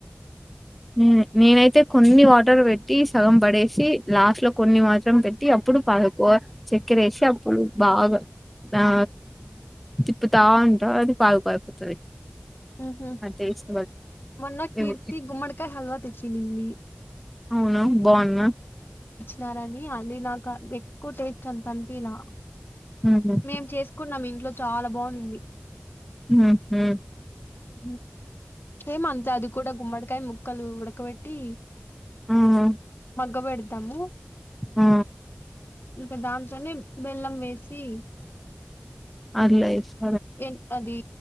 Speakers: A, in the centre; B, on the left.
A: నే నేనైతే కొన్ని వాటర్ పెట్టి సగం పడేసి లాస్ట్ లో కొన్ని మాత్రం పెట్టి అప్పుడు పాలకోవా, చక్కెర వేసి అప్పుడు బాగా ఆ తిప్పుతా ఉంటా, అది పాలకోవా అయిపోతది.
B: ఉహు
A: మాకు తెలుసు
B: మొన్న
A: <unintelligible> <unintelligible>
B: కీర్తి గుమ్మడికాయ, హల్వా తెచ్చింది.
A: అవునా బాగుందా
B: నారణని అది నాకు ఎక్కువ టేస్ట్ అంత అనిపియలే
A: హుహుహు.
B: మేం చేసుకున్నాం ఇంట్లో చాలా బాగుంనింది.
A: హ్మ్ ఉ
B: హ ఎహెమంతే అది కూడా గుమ్మడకాయ ముక్ ముక్కలు ఉడకబెట్టి
A: ఆహా!
B: మంగ పెడ్తారు దమ్ము
A: ఆ
B: ఇంకా దాంతోనే బెల్లం వేసి
A: అట్లా చెప్
B: ఎన్ అది